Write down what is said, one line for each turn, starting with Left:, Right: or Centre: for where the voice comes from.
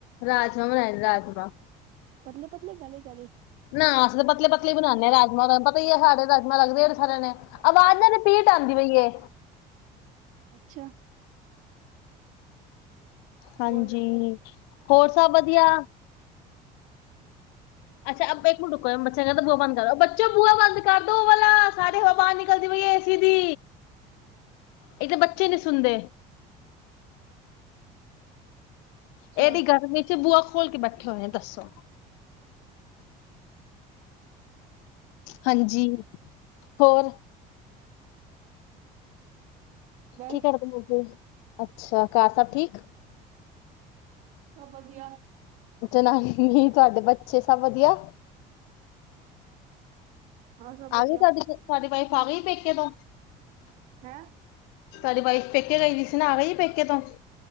Left: ਰਾਜਮਾਂ ਬਣਾਏ ਰਾਜਮਾਂ
Right: ਪਤਲੇ-ਪਤਲੇ ਗਾੜੇ-ਗਾੜੇ
Left: ਨਾ ਅਸੀ ਤਾਂ ਪਤਲੇ ਪਤਲੇ ਹੀ ਬਣਾਣੇ ਆ ਰਾਜਮਾ ਪਤਾ ਹੀ ਆ ਸਾਡੇ ਰਾਜਮਾ ਲੱਗਦੇ ਸਾਰਿਆਂ ਨੇ ਆਵਾਜ਼ ਨਾ ਰਪੀਟ ਆਂਦੀ ਪਈ ਏ
Right: ਅੱਛਾ
Left: ਹਾਂਜੀ,
Right: ਬੋਲ
Left: ਹੋਰ
Right: ਅੱਛਾ
Left: ਸਭ ਵਧੀਆ? ਅੱਛਾ ਇੱਕ ਮਿੰਟ ਰੁਕੋ ਬੱਚਾ ਕਹਿੰਦਾ ਬੂਆ ਬੰਦ ਕਰੋ ਬੱਚੋ ਬੂਆ ਬੰਦ ਕਰ ਦੋ ਉਹ ਵਾਲਾ ਸਾਰੀ ਹਵਾ ਬਾਹਰ ਨਿਕਲਦੀ ਪਈ ਏ ਏ ਸੀ ਦੀ ਇਕ ਤਾਂ ਬੱਚੇ ਨਹੀਂ ਸੁਣਦੇ
Right: ਅੱਛਾ
Left: ਇਹਦੀ ਗਰਮੀ ਚ ਬੂਆ ਖੋਲ ਕੇ ਬੈਠੇ ਕੀ ਹੋਇਆ ਦੱਸੋ ਹਾਂਜੀ ਹੋਰ
Right: ਬਸ
Left: ਕੀ ਕਰਦੇ ਮੋਗੇ ਅੱਛਾ ਘਰ ਸਭ ਠੀਕ
Right: ਸਭ ਵਧੀਆ
Left: ਜਨਾਨੀ ਤੁਹਾਡੇ ਬੱਚੇ ਸਭ ਵਧੀਆ
Right: ਹਾਂ ਸਭ ਵਧੀਆ
Left: ਆਗੀ ਤੁਹਾਡੀ ਤੁਹਾਡੀ ਵਾਈਫ ਆਗੀ ਪੇਕੇ ਤੋਂ
Right: ਹੈ
Left: ਤੁਹਾਡੀ ਵਾਈਫ ਪੇਕੇ ਗਈ ਵੀ ਸੀ ਆ ਗਈ ਪੇਕੇ ਤੋਂ